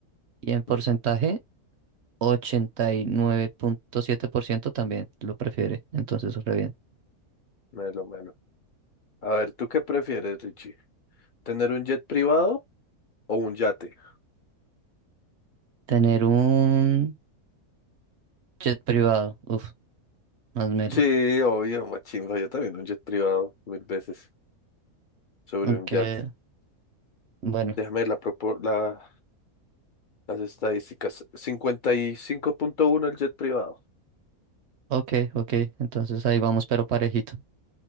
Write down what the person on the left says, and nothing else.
Mm,
Melo, melo. A ver, ¿tú qué prefieres, Richie? ¿Tener un jet privado o un yate?
Sí, obvio, machimba, yo también un jet privado mil veces sobre
un yate.
Déjame ver la, propor, la- las estadísticas. Cincuenta y cinco punto uno el jet privado.